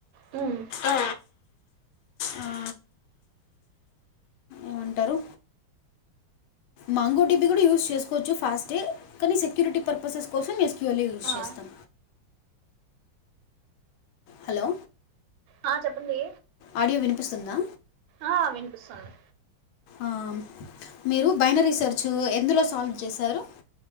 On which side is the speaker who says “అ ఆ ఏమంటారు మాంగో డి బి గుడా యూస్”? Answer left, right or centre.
Left